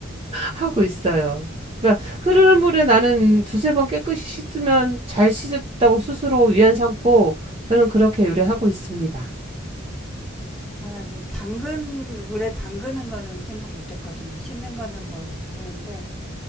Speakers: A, on the right; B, in the centre.
A: 하고
B: 음,
A: 있어요. 그러니까 흐르는 물에 나는 두세 번 깨끗이 씻으면 잘 씻었다고 스스로 위안 삼고 저는 그렇게 요리하고 있습니다.
B: 아, 나이 당근 물에 담그는 거는 생각 못 했거든요. 씻는 거는 뭐 그런데